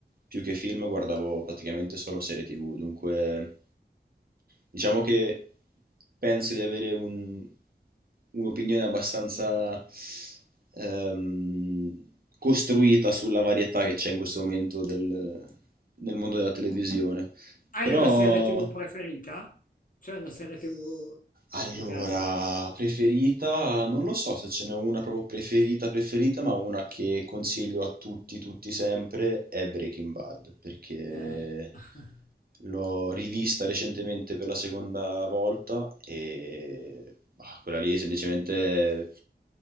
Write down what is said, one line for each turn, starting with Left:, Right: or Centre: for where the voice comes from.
Right: più che film guardavo praticamente solo serie TV, dunque diciamo che penso di avere un- un'opinione abbastanza ehm, costruita sulla varietà che c'è in questo momento del- nel mondo della televisione.
Left: Hai
Right: Però
Left: una serie TV preferita? C'è una serie TV che
Right: allora,
Left: ti piace?
Right: preferita, non lo so se ce n'è una proprio preferita preferita, ma una che consiglio a tutti, tutti sempre, è Breaking Bad, perché
Left: Eh. <laughs>
Right: l'ho rivista recentemente per la seconda volta e bah, quella lì è semplicemente,